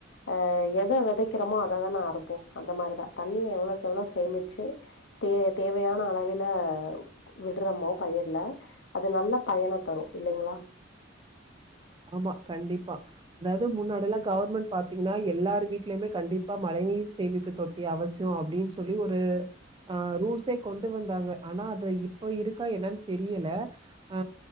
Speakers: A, on the left; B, on the right.
A: ஆ எத வெதைக்கிறோமோ அ த தான அறுப்போ அந்த மாரி தா தண்ணிய எவ்ளக்கு எவ்ள சேமிச்சு தே தேவையான அளவில அ விட்றோமோ பயிர்ல அது நல்ல பயனா தரூ இல்லைங்ளா
B: ஆமா கண்டிப்பா அதாவ்து முன்னாடிலா கவுர்மெண்ட் பாத்தீங்னா எல்லார் வீட்லயுமே கண்டிப்பா மழை நீர் சேமிப்பு தொட்டி அவசியோ அப்டின் சொல்லி ஒரு ஆ ரூல்ஸே கொண்டு வந்தாங்க ஆனா அது இப்ப இருக்கா என்னன் தெரியல அ